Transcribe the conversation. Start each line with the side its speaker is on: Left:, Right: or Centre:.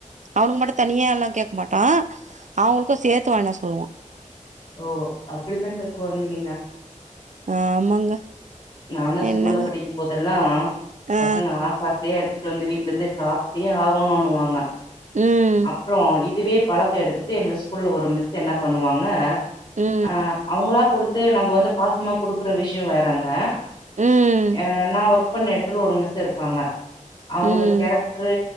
Right: அவனுங்க மட்டு தனியா எல்லா கேட்க மாட்டா அவுங்களுக்கு சேர்த்து வாங்கினு வர சொல்லுவா
Left: ஓ அப்டித்தாங்க கொழந்தைங்கனா
Right: ஆ ஆமாங்க
Left: நானு ஸ்கூல்ல
Right: என்னங்க
Left: படிக்கு போதெல்லா
Right: ஆ
Left: பசங்க ஆசையா அப்டியே எடுத்துட்டு வந்து வீட்டுல இருந்தே சாப்ட்டே ஆகணுனுவாங்க
Right: ம்.
Left: அப்றோ இதுவே பழத்த எடுத்துட்டு எங்க ஸ்கூல்ல ஒரு மிஸ்ஸு என்ன பண்ணுவாங்க
Right: ம்.
Left: ஆ அவங்களா குடுத் து நம்ம வந்து பாசமா குடுக்குற விஷயோ வேறங்க
Right: ம்.
Left: என்னா வொர் ஒர்க்கு பண்ண எடத்துல ஒரு மிஸ்ஸு இருப்பாங்க அவுங்க
Right: ம்.
Left: கேரக்டரு